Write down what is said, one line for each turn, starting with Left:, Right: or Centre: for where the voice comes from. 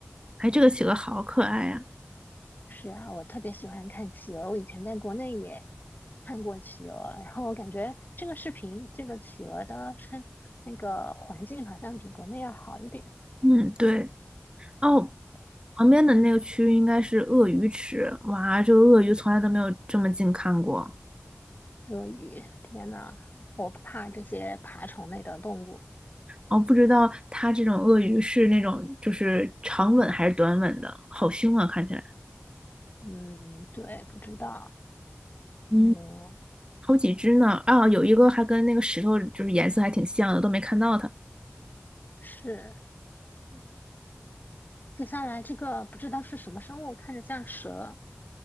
Right: 哎，这个企鹅好可爱呀、
Left: 是啊，我特别喜欢看企鹅，我以前在国内也看过企鹅，然后我感觉这个视频，这个企鹅的生那个环境好像比国内要好一点。
Right: 嗯，对，哦，旁边的那个区域应该是鳄鱼池，哇，这个鳄鱼从来都没有这么近看过。
Left: 鳄鱼，天呐，我怕这些爬虫类的动物。
Right: 哦，不知道它这种鳄鱼是那种就是长吻还是短吻的，好凶啊，看起来。
Left: 嗯，对，不知道。
Right: 嗯，
Left: 嗯，
Right: 好几只呢，啊，有一个还跟那个石头就是颜色还挺像的，都没看到它
Left: 是。接下来这个不知道是什么生物，看着像蛇，